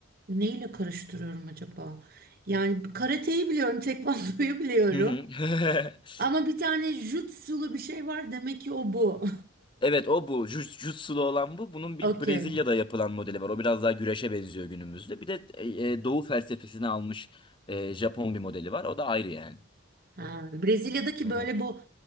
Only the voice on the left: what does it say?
Hı hı. <laughs>
Evet o bu. Jiu- Jitsu'lu olan bu. Bunun bir
Brezilya'da yapılan modeli var. O biraz daha güreşe benziyor günümüzde. Bir de e, e, Doğu felsefesini almış e, Japon bir modeli var. O da ayrı yani.
Hı
hı.